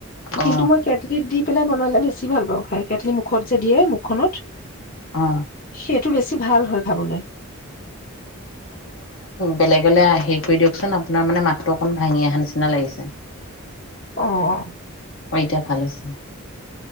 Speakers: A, on the left; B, on the left.
A: অ
B: কিন্তু মই কেটলিত দি পেলাই বনালে বেছি ভাল পাওঁ খাই কেটলি মুখত যে দিয়ে মুখখনত
A: অ
B: সেইটো বেছি বে ভাল হয় খাবলৈ
A: বেলেগলৈ হেৰি কৰি দিয়কচোন আপোনাৰ মানে মাতটো অকমান ভাঙি অহা নিচিনা লাগিছে
B: অ অ
A: অ এতিয়া ভাল হৈছে